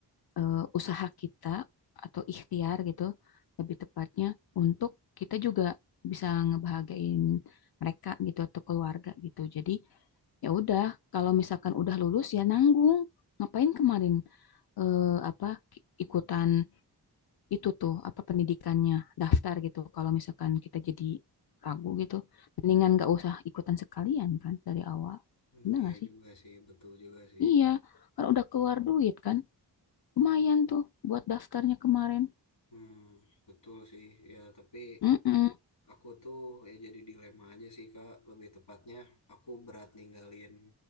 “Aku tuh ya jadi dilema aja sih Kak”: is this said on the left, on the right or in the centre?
Left